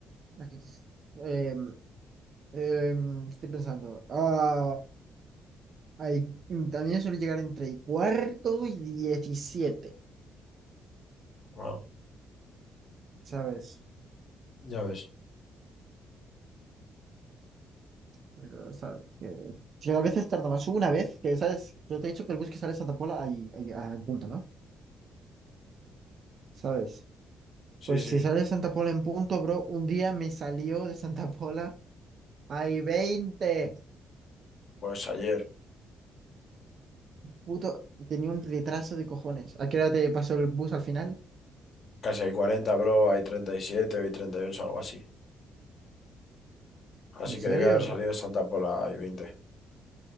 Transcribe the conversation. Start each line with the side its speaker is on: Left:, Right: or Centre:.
Right: Aquí- Em, em, estoy pensando. Ah, hay, también suele llegar entre y cuarto y diecisiete,
Left: Wow,
Right: ¿sabes?
Left: ya ves.
Right: Pero, ¿sabes? Que, que a veces tarda más. Hubo una vez que, ¿sabes? Yo te he dicho que el bus que sale de Santa Pola ahí, ahí, al punto, ¿no? ¿Sabes? Pues
Left: Sí, sí.
Right: si sale Santa Pola en punto, bro, un día me salió de Santa Pola. hay veinte
Left: Pues ayer.
Right: Puto, tenía un retraso de cojones. ¿A qué hora te pasó el bus al final?
Left: Casi hay cuarenta bro. Hay treinta y siete hay treinta y ocho algo así. Así
Right: ¿En serio?
Left: que debe haber salido Santa Pola y veinte